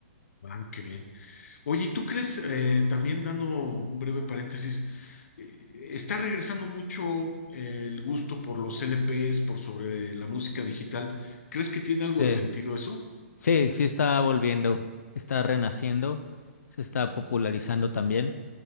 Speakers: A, on the left; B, on the left.
A: Ah, qué bien. Oye, ¿y ¿tú crees, eh, también dando un breve paréntesis, eh, está regresando mucho eh, el gusto por los LPs, por sobre la música digital? ¿Crees que tiene algo
B: Sí,
A: de sentido eso?
B: sí, sí está volviendo, está renaciendo, se está popularizando también.